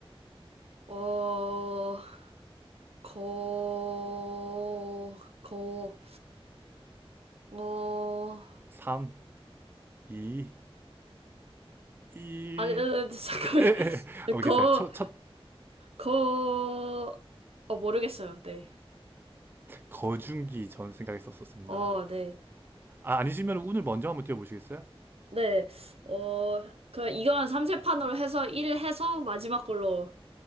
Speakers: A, on the right; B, on the right.
A: 어, 거, 거, 어,
B: 3, 2, 1.
A: 아니, 아니, 아니, 잠깐만요.
B: <laughs>
A: <laughs>
B: 알겠어요.
A: 거,
B: 첫, 첫
A: 거, 어, 모르겠어요. 네.
B: 거중기 전 생각했었습니다.
A: 어, 네.
B: 아, 아니시면 운을 먼저 한번 띄워보시겠어요?
A: 네. 어, 그, 이거는 삼세판으로 해서 1 해서 마지막 걸로.